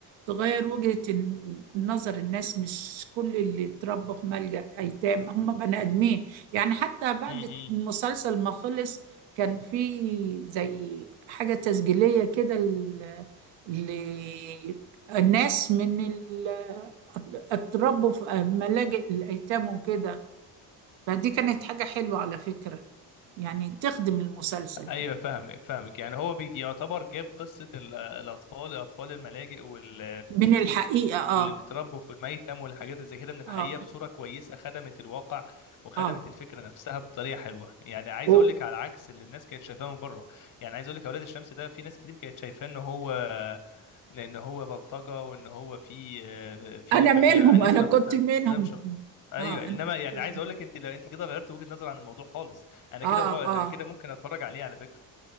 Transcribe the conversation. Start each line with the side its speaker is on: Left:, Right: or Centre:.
Right: تغير وجهة الن- النظر الناس مش كل اللي اتربى في ملجأ أيتام هم بني آدمين يعني حتى بعد
Left: امم
Right: المسلسل ما خلص كان في زي حاجة تسجيلية كده ل- للناس من ال- اتربوا في ملاجئ الأيتام وكده فدي كانت حاجة حلوة على فكرة يعني تخدم المسلسل
Left: ايوه فاهمك فاهمك يعني هو بيجي يعتبر جاب قصه ال- الاطفال اطفال الملاجئ وال
Right: من الحقيقة اه
Left: واللي بيتربوا في الميتم والحاجات اللي زي كده من الحقيقه
Right: اه
Left: بصوره كويسه خدمت الواقع وخدمت
Right: اه
Left: الفكره نفسها بطريقه حلوه يعني عايز
Right: و-
Left: اقول لك على عكس اللي الناس كانت شايفاه من بره يعني عايز اقول لك اولاد الشمس ده في ناس كتير كانت شايفاه ان هو ان هو بلطجه وان هو في في
Right: انا
Left: ما
Right: منهم
Left: في الناس
Right: انا
Left: ما
Right: كنت
Left: بتحترمش
Right: منهم
Left: ايوه
Right: اه
Left: انما
Right: انا بحسب
Left: يعني عايز
Right: إن-
Left: اقول لك انت لو انت كده غيرت وجهه نظر عن الموضوع خالص انا
Right: اه
Left: كده بفكر
Right: اه
Left: انا كده ممكن اتفرج عليه على فكره